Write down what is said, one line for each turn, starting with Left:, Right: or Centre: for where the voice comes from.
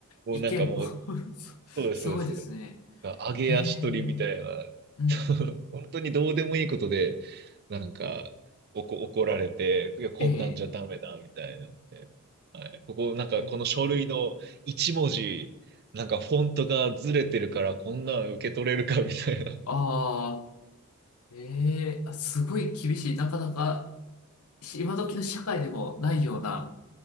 Right: もうなんかもう、
Left: 意見も <laughs> すすごいですね。
Right: そうです、そうです。上げ足取りみたいな、
Left: へえ、うん。
Right: その本当にどうでもいいことで、なんか、おこ、怒られて、いや、こんなんじゃダメだ、
Left: ええ、
Right: みたいなので。はい。ここ、なんか、
Left: ええ、
Right: この書類の一文字、なんか、フォントがずれてるから、こんなん受け取れるか、みたいな。
Left: ああ、ええ、あ、すごい厳しい。なかなか、し今時の社会でもないような